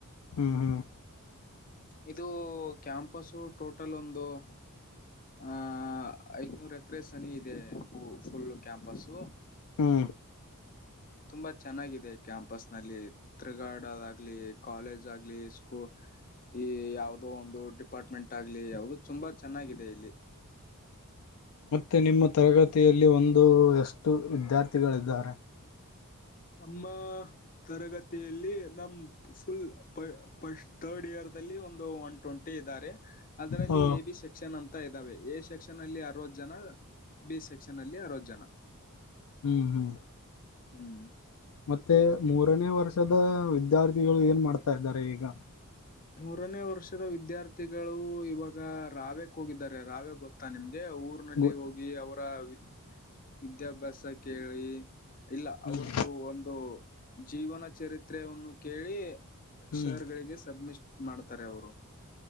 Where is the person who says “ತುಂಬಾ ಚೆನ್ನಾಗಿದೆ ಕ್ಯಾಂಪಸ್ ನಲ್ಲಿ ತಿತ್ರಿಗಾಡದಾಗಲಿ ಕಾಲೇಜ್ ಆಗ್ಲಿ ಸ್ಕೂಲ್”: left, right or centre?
Left